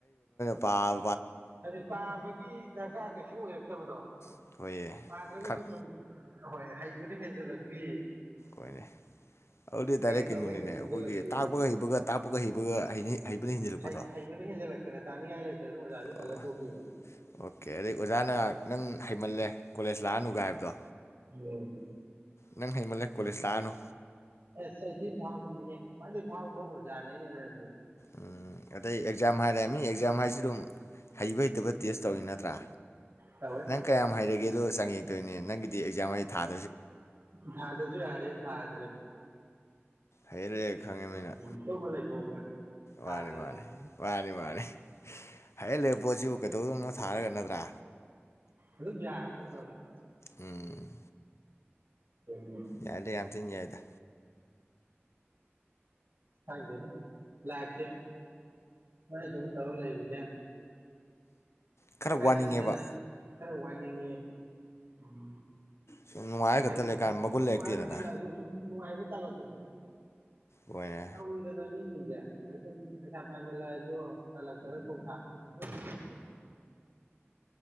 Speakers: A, on the left; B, on the right.
A: ꯄꯥ
B: ꯑꯗꯩ ꯄꯥꯕꯒꯤ ꯗꯔꯀꯥꯔ ꯀꯩꯁꯨ ꯑꯣꯏꯔꯛ <unintelligible>
A: ꯑꯩꯈꯣꯏꯒꯤ
B: ꯄꯥꯗ꯭ꯔꯒꯖꯨ
A: ꯈꯪ
B: ꯁꯨꯝ ꯍꯣꯏ ꯍꯩꯕꯅ ꯍꯦꯟꯖꯤꯜꯂꯛꯄꯤ
A: ꯍꯣꯏꯅꯦ ꯑꯗꯨꯗꯤ ꯗꯥꯏꯔꯦꯛ
B: ꯇꯧꯔꯒ
A: ꯀꯩꯅꯣꯅꯤꯅꯦ
B: ꯍꯦꯛꯇ ꯈꯪꯖꯜꯂꯛꯄꯤ
A: ꯑꯩꯈꯣꯏꯒꯤ ꯇꯥꯛꯄꯒ ꯍꯩꯕꯒ ꯇꯥꯛꯄꯒ ꯍꯩꯕꯒ ꯍꯩꯅꯤ ꯍꯩꯕꯅ ꯍꯤꯟꯖꯤꯜꯂꯛꯄꯗꯣ
B: ꯍꯩ ꯍꯩꯕꯅ ꯍꯦꯟꯖꯜꯂꯛꯇꯅ <inaudible>
A: ꯑꯣ
B: ꯇꯣꯛꯈꯤꯕ
A: ꯑꯣꯀꯦ ꯑꯗꯩ ꯑꯣꯖꯥꯅ ꯅꯪ ꯍꯩꯃꯜꯂꯦ ꯀꯣꯂꯦꯖ ꯂꯥꯛꯑꯅꯨ ꯒꯥꯏ ꯍꯥꯏꯕꯗꯣ
B: ꯎꯝ
A: ꯅꯪ ꯍꯩꯃꯜꯂꯦ ꯀꯣꯂꯦꯖ ꯂꯥꯛꯑꯅꯨ
B: ꯑꯦꯁ ꯑꯩ ꯊꯤꯟꯅ ꯐꯥꯎꯕꯤꯅꯤꯍꯦ <unintelligible> ꯈ꯭ꯋꯥꯏꯗꯒꯤ ꯐꯥꯎꯕ ꯑꯣꯖꯥꯅꯦ ꯑꯩꯅ ꯑꯣꯏꯔꯝꯃꯤ
A: ꯎꯝ ꯑꯗꯩ ꯑꯦꯛꯖꯥꯝ ꯍꯥꯏꯔꯦ ꯃꯤ ꯑꯦꯛꯖꯥꯝ ꯍꯥꯏꯁꯤ ꯑꯗꯨꯝ ꯍꯩꯕ ꯍꯩꯇꯕ ꯇꯦꯁ ꯇꯧꯔꯤ ꯅꯠꯇ꯭ꯔꯥ
B: ꯇꯧꯋꯦ
A: ꯅꯪ ꯀꯌꯥꯝ ꯍꯩꯔꯒꯦꯗꯣ ꯆꯥꯡꯌꯦꯡ ꯇꯣꯏꯅꯦ ꯅꯪꯒꯤꯗꯤ ꯑꯦꯖꯝ ꯑꯩ ꯊꯥ
B: ꯊꯥꯗꯔꯥꯁꯨ ꯌꯥꯔꯦꯅ ꯊꯥꯗ꯭ꯔꯦ
A: ꯍꯩꯔ ꯂꯩꯔꯦ ꯈꯪꯉꯃꯤꯅ
B: ꯎꯝ ꯇꯨꯝꯃ ꯂꯩꯊꯣꯛꯄ ꯊꯥꯗꯕꯤ
A: ꯃꯥꯅꯤ ꯃꯥꯅꯤ ꯃꯥꯅꯤ ꯃꯥꯅꯤ ꯍꯩꯔꯥ ꯂꯩꯔꯥ ꯄꯣꯠꯁꯤꯕꯨ ꯀꯩꯗꯧꯗꯧꯅꯣ ꯊꯥꯔꯒ ꯅꯠꯇ꯭ꯔꯥ
B: ꯑꯗꯨꯝ ꯌꯥꯔꯥꯕ ꯅꯠꯇꯔꯣ ꯑꯗꫭ
A: ꯎꯝ
B: ꯨꯎꯝ
A: ꯌꯥꯏꯗ ꯌꯥꯝ ꯊꯤꯅ ꯌꯥꯏꯗ
B: ꯈꯪꯗꯦꯅꯦ ꯂꯥꯏꯐ ꯁꯦ ꯁꯨꯃꯥꯏꯅ ꯁꯨꯝ ꯇꯧꯔ ꯂꯩꯔꯤꯖꯦ
A: ꯈꯔ
B: ꯅꯨꯡꯉꯥꯏꯃꯟꯗꯅ
A: ꯋꯥꯅꯤꯡꯉꯦꯕ
B: ꯈꯔ ꯋꯥꯏꯅꯤꯡꯉꯦ ꯎꯝ
A: ꯁꯨꯝ ꯅꯨꯡꯉꯥꯏꯔꯥꯈꯛꯇ
B: ꯍꯥꯏꯗꯤ
A: ꯂꯩꯀꯥꯟꯗ ꯃꯒꯨꯟ
B: ꯅꯨꯡꯉꯥꯏꯕ
A: ꯂꯩꯔꯛꯇꯦꯗꯅ
B: ꯍꯦꯜꯂꯛꯑꯁꯨ ꯁꯨꯝ ꯅꯨꯡꯉꯥꯏꯕ ꯇꯜꯂꯛꯄꯗꫭ
A: ꯍꯣꯏꯅꯦ
B: <unintelligible> <unintelligible>